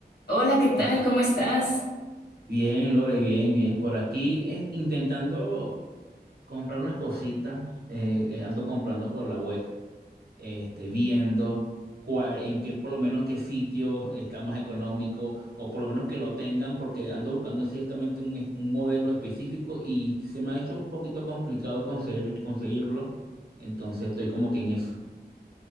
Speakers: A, on the left (about 75°); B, on the right (about 65°).
A: Hola, ¿qué tal?
B: Como-
A: ¿Cómo estás?
B: Bien, Lore, bien, bien. Por aquí eh, intentando comprar unas cositas. eh, eh, ando comprando por la web, este, viendo cuál, en qué, por lo menos qué sitio está más económico o por lo menos que lo tengan, porque ando buscando ciertamente un, es- un modelo específico y se me ha hecho un poquito complicado conseguir, conseguirlo. Entonces estoy como que en eso.